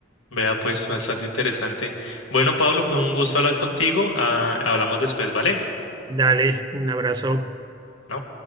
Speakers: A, on the left; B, on the right.
A: Vea, pues, bastante interesante. Bueno, Pablo, fue un gusto hablar contigo. Ah, hablamos después, ¿vale?
B: Dale, un abrazo.
A: ¿No?